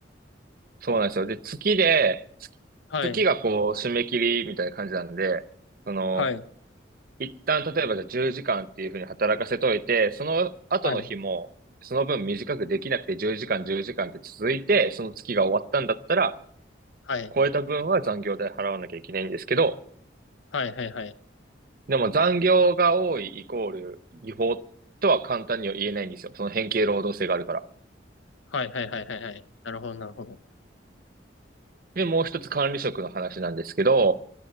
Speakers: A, on the right (about 50°); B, on the left (about 80°).
A: そうなんですよ。で、月で、月月がこう、
B: はい、
A: 締め切りみたいな感じなんで、その、
B: はい、
A: 一旦、例えばじゃあ10時間っていうふうに働かせといて、その後の日も、
B: はい、
A: その分短くできなくて10時間、10時間って続いて、その月が終わったんだったら、
B: はい、
A: 超えた分は残業代払わなきゃいけないんですけど、
B: はい、はい、はい、
A: でも残業が多いイコール違法とは簡単には言えないんですよ。その変形労働性があるから。
B: はい、はい、はい、はい、はい。なるほど、なるほど。
A: で、もう一つ管理職の話なんですけど、